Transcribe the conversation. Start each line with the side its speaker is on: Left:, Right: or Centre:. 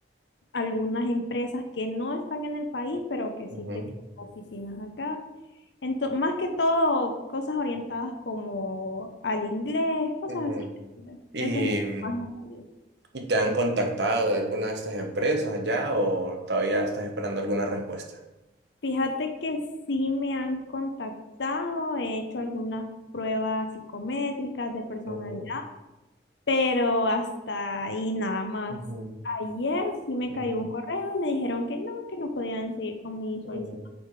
Left: algunas empresas que no están en el país, pero que
Right: ujú,
Left: sí que tienen oficinas acá. Ento- más que todo, cosas orientadas como al inglés, cosas
Right: ujú.
Left: así.
Right: Y,
Left: Eso es lo que más me ha salido.
Right: ¿Y te han contactado de alguna de estas empresas ya o todavía estás esperando alguna respuesta?
Left: Fíjate que sí me han contactado, he hecho algunas pruebas psicométricas de personalidad,
Right: Ujú,
Left: pero hasta ahí nada más.
Right: ujú,
Left: Ayer sí me
Right: ujú,
Left: cayó un correo y me dijeron que no, que no podían seguir con mi solicitud.
Right: ujú,